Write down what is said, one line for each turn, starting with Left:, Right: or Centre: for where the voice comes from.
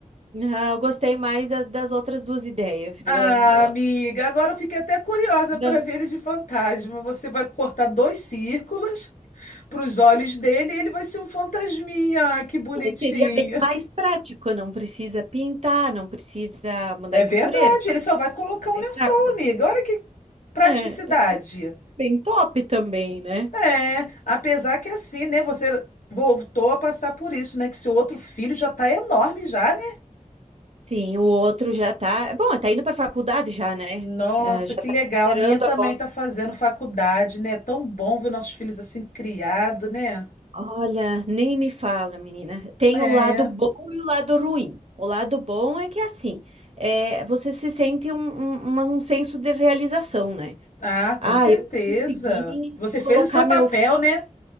Right: ah, eu gostei mais da- das outras duas ideias, viu?
Left: Ah,
Right: Eu Não.
Left: amiga, agora eu fiquei até curiosa
Right: não.
Left: para ver ele de fantasma. Você vai cortar dois círculos para os olhos dele e ele vai ser um fantasminha. Ah, que bonitinho.
Right: É, Seria bem mais prático, não precisa pintar, não precisa mandar
Left: É
Right: em
Left: verdade,
Right: costureira, seria
Left: ele só vai colocar
Right: mais
Left: um lençol,
Right: rápido.
Left: amiga. Olha que praticidade.
Right: né? É, bem top também, né?
Left: É, apesar que é assim, né? Você voltou a passar por isso, né? Que seu outro filho já tá enorme já, né?
Right: Sim, o outro já tá. Bom, tá indo pra faculdade já, né?
Left: Nossa,
Right: É, já
Left: que
Right: tá
Left: legal.
Right: esperando
Left: A minha também
Right: agora.
Left: tá fazendo faculdade, né? É tão bom ver nossos filhos assim criados, né?
Right: Olha, nem me fala, menina. Tem
Left: É.
Right: o lado bom e o lado ruim. O lado bom é que é assim, é, você se sente um, um, uma- um senso de realização, né?
Left: Ah, com
Right: Ah,
Left: certeza.
Right: eu consegui
Left: Você
Right: colocar
Left: fez o seu
Right: meu
Left: papel,
Right: filho.
Left: né?